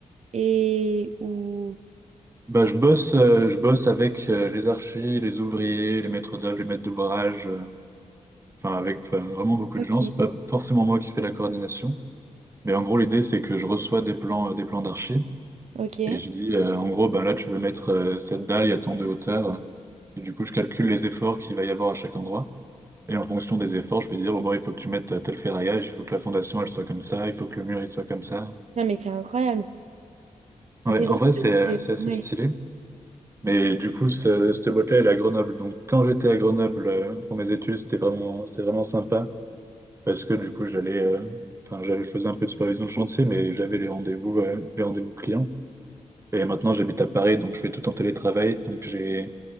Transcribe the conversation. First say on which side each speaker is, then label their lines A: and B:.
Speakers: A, on the right (about 60°); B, on the right (about 20°).
A: et ou
B: bah, je bosse, euh, je bosse avec euh, les archis, les ouvriers, les maîtres d'œuvre, les maîtres d'ouvrage. euh, Enfin, avec enfin, vraiment beaucoup
A: Ok.
B: de gens. C'est pas forcément moi qui fais la coordination. Mais en gros, l'idée, c'est que je reçois des plans, euh, des plans d'archi.
A: Ok.
B: Et je dis, euh, en gros, ben là, tu veux mettre euh, cette dalle, il y a tant de hauteur. Et du coup, je calcule les efforts qu'il va y avoir à chaque endroit. Et en fonction des efforts, je vais dire, oh, bon, bah, il faut que tu mettes tel ferraillage, il faut que la fondation, elle soit comme ça, il faut que le mur, il soit comme ça.
A: non mais c'est incroyable.
B: Ouais,
A: C'est
B: en
A: drôle
B: vrai, c'est
A: parce que
B: c'est assez
A: ouais.
B: stylé. Mais du coup, ce- cette boîte-là, elle est à Grenoble. Donc, quand j'étais à Grenoble euh, pour mes études, c'était vraiment, c'était vraiment sympa. Parce que du coup, j'allais, euh, enfin, j'allais, je faisais un peu de supervision de chantier, mais j'avais les rendez-vous, euh, les rendez-vous clients. Et maintenant, j'habite à Paris, donc je fais tout en télétravail. Donc, j'ai,